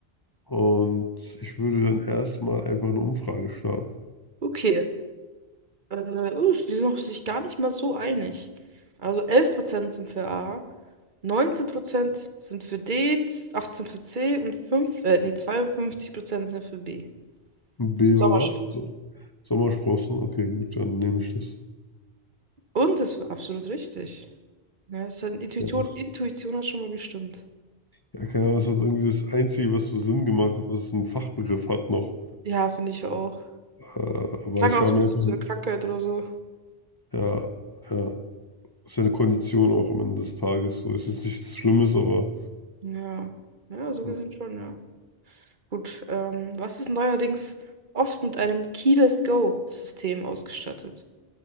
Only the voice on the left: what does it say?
Und ich würde dann erstmal einfach eine Umfrage starten.
Beber
was? Sommersprossen? Okay, gut, dann nehme ich das.
Ja, das.
Ja, keine Ahnung, das ist irgendwie das Einzige, was so Sinn gemacht hat, dass es einen Fachbegriff hat noch.
Äh, aber
ich
war
mir
einfach,
ja, ja, ist ja eine Kondition auch am Ende des Tages. So ist jetzt nichts Schlimmes, aber
hm,